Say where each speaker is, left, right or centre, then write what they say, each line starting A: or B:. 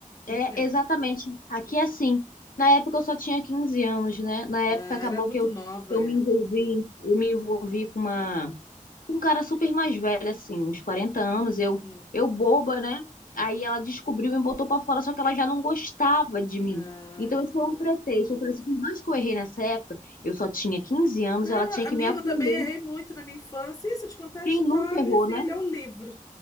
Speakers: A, on the left; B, on the left.
A: de
B: É,
A: ninguém.
B: exatamente. Aqui é assim. Na época eu só tinha 15 anos, né? Na época
A: Ah,
B: acabou
A: era muito
B: que eu,
A: nova,
B: que eu
A: é.
B: me envolvi, eu me envolvi com uma, com um cara super mais velho, assim, uns 40 anos. Eu,
A: Hum.
B: eu boba, né? Aí ela descobriu e me botou pra fora, só que ela já não gostava de mim.
A: Ah,
B: Então isso foi
A: tá.
B: um pretexto. Eu falei assim, por mais que eu errei nessa época, eu só tinha 15 anos,
A: Não,
B: ela
A: não,
B: tinha que
A: amigo,
B: me acolher.
A: eu também errei muito na minha infância. Isso, eu te contar a
B: Quem
A: história,
B: nunca errou,
A: minha filha,
B: né?
A: é o livro.